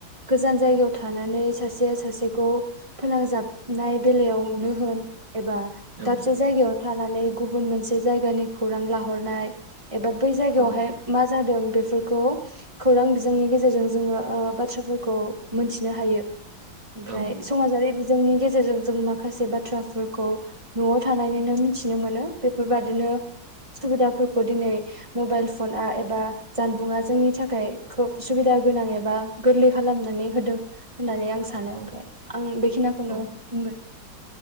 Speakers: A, on the right; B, on the right.
A: गोजान जायगायाव थानानै सासेया सासेखौ फोनांजाबनाय बेलायावनो होन एबा
B: औ
A: दाबसे जायगायावनो थानानै गुबुन मोनसे जायगानि खौरां लाहरनाय एबा बै जायगायावहाय
B: औ
A: मा जादों बेफोरखौ खौरां बिजोंनि गेजेरजों जोङो ओ बाद थ्राफोरखौ मोनथिनो हायो ओमफ्राय
B: औ
A: समाजारि बि जोंनि गेजेरजों जों माखासे बाथ्राफोरखौ न'आव थानानैनो मिथिनो मोनो बे फोरबादिनो सुबिदा फो खौ दिनै मबाइल फन आ एबा जानबुङा जोंनि थाखाय खोब सुबिदा गोनां एबा गोरलै खालामनानै होदों होननानै आं सानो
B: औ
A: ओमफ्राय आं बेखिनियाखौनो
B: औ
A: बुंबाय